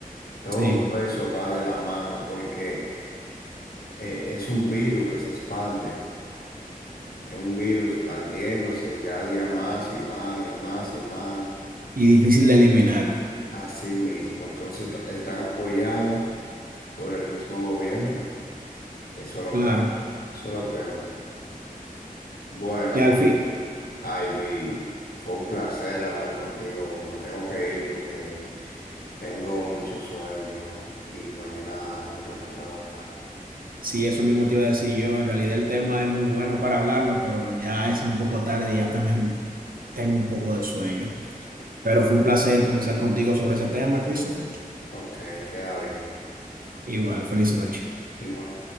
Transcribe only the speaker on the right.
Sí,
y difícil de eliminar,
claro.
Ya al fin.
Sí, eso mismo te iba a decir yo. En realidad el tema es muy bueno para hablarlo, pero ya es un poco tarde y ya también tengo un poco de sueño. Pero fue un placer conversar contigo sobre ese tema, Christopher.
Igual, feliz noche.